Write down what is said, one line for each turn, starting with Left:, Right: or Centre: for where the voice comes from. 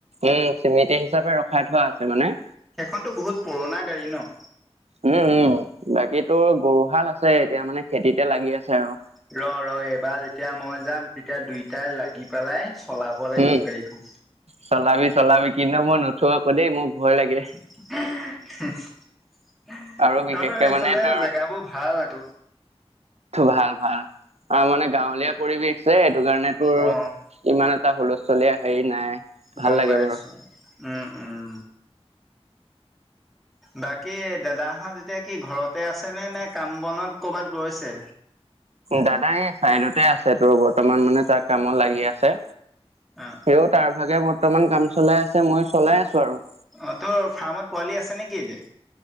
Right: উম স্মৃতি হিচাপে ৰখাই থোৱা আছে মানে
Centre: সেইখনতো বহুত পুৰণা গাড়ী ন
Right: উম উম বাকী তোৰ গৰুহাল আছে এতিয়া মানে খেতিতে লাগি আছে আৰু
Centre: ৰ ৰ এইবাৰ যেতিয়া মই যাম তেতিয়া দুইটাই লাগি পেলাই চলাব লাগিব
Right: উম
Centre: গাড়ীখন
Right: চলাবি চলাবি কিন্তু মই নুথো আক দেই মোৰ ভয় লাগে
Centre: এহ হুম তহঁতৰ
Right: আৰু বিশেষকে
Centre: এইফালে
Right: মানে তোৰ
Centre: জেগাবোৰ ভাল আক
Right: ভাল ভাল অ মানে গাঁৱলীয়া পৰিৱেশ যে এইটো কাৰণে তোৰ
Centre: অ
Right: ইমান এটা হুলস্থুলীয়া হেৰি নাই ভাল
Centre: গম
Right: লাগে
Centre: পাইছে
Right: বাৰু
Centre: উম উম বাকী দাদাহঁত এতিয়া কি ঘৰতে আছে নে নে কাম বনত কৰ'বাত গৈছে
Right: দাদা এই চাইদতে আছে তোৰ বৰ্তমান মানে তাৰ কামত লাগি আছে
Centre: অ
Right: তো তাৰ ভাগে বৰ্তমান কাম চলাই আছে মই চলাই আছো আৰু
Centre: অ তোৰ ফাৰ্মত পোৱালি আছে নেকি এতিয়া